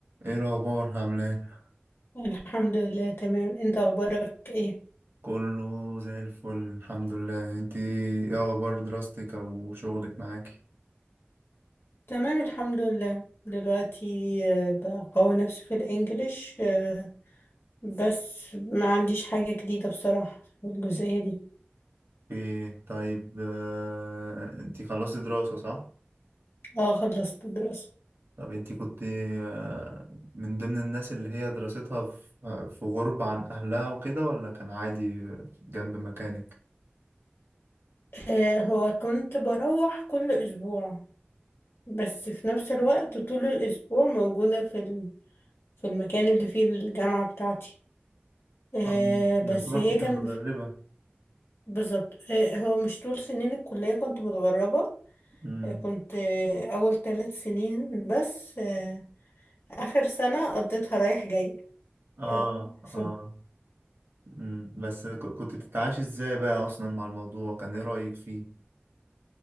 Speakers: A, on the right (about 70°); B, on the left (about 75°).
A: ايه الاخبار عامله ايه
B: الحمد لله تمام انت اخبارك ايه
A: كله زي الفل الحمد لله انت ايه اخبار دراستك او شغلك معاكي
B: تمام الحمد لله دلوقتي آه، بقوي نفسي في الانجليش آه، بس ما عنديش حاجة جديدة بصراحة في الجزئية دي
A: ايه طيب آه، انت خلصتي دراسه صح
B: اه خلصت دراسة
A: طب انت كنت آه، من ضمن الناس اللي هي دراستها في في غربه عن اهلها وكده ولا كان عادي جنب مكانك
B: آه، هو كنت بروح كل اسبوع بس في نفس الوقت طول الاسبوع موجودة في ال- في المكان اللي فيه الجامعة بتاعتي آه،
A: آه،
B: بس
A: يعتبر
B: هي
A: كنت
B: كان
A: متغربه
B: بالظبط آه، هو مش طول سنين الكلية كنت متغربة
A: امم
B: كنت آه، أول ثلاث سنين بس آه، آخر سنة قضيتها رايح جاي
A: اه
B: آه، ف-
A: اه امم بس ك- كنت بتتعايشي ازاي بقى اصلا مع الموضوع كان ايه رايك فيه